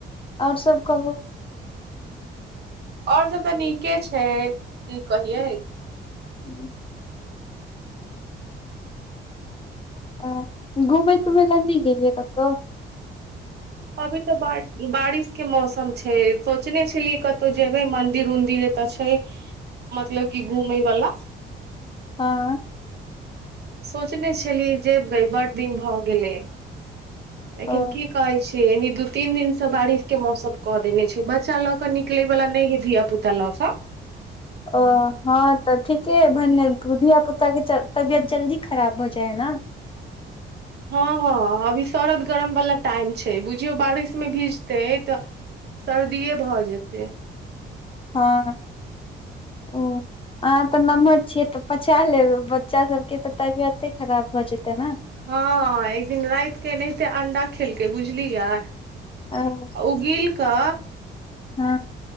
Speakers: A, on the left; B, on the right.
A: आओर सब कहबू
B: और सब तऽ नीके छै की कहियै
A: हूँ <unintelligible> आ घूमै तुमे ल नहि गेलयै कतऽहु
B: अभी तऽ ब बारिश के मौसम छै सोचने छलियै कतहु जेबै मंदिर उदिर एतऽ छै
A: <unintelligible>
B: मतलब की घुमय वाला
A: हँ
B: सोचने छलीय जेबै बड दिन भऽ गेलै लेकिन
A: ओ
B: की कहै छै ए दू तीन दिन से बारिश के मौसम कऽ देने छै बच्चा लग निकलै बला नहि ह धिया पुता लक
A: ओ हँ तऽ ठीके भने धिया पुता ताक तबियत जल्दी खराब हो जाए ने
B: हँ हँ अभी शरद गरम वाला टाइम छै बुझियौ बारिश मे भीजतै तऽ सर्दिे भऽ जेतै
A: हँ ओ <unintelligible> आहाँ तऽ नम्हर छियै तऽ पचा लेब बच्चा सबके तऽ तबियते खराब भऽ जेते ने
B: हँ एक दिन रात के एना से अंडा खेलकै बुझलियै
A: ओ
B: उगील क
A: हँ